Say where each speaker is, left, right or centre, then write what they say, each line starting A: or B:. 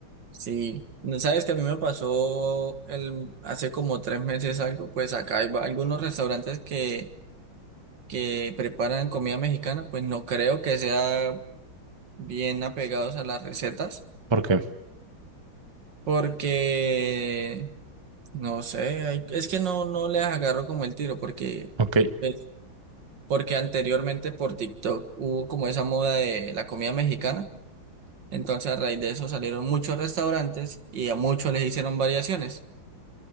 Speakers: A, on the right; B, on the right.
A: sí, sabes que a mí me pasó el, hace como tres meses algo, pues acá hay va- algunos restaurantes que, que preparan comida mexicana, pues no creo que sea bien apegados a las recetas,
B: ¿Por qué?
A: porque No sé, hay- es que no, no les agarro como el tiro porque,
B: Ok.
A: pues, porque anteriormente por TikTok hubo como esa moda de la comida mexicana. Entonces a raíz de eso salieron muchos restaurantes y a muchos les hicieron variaciones.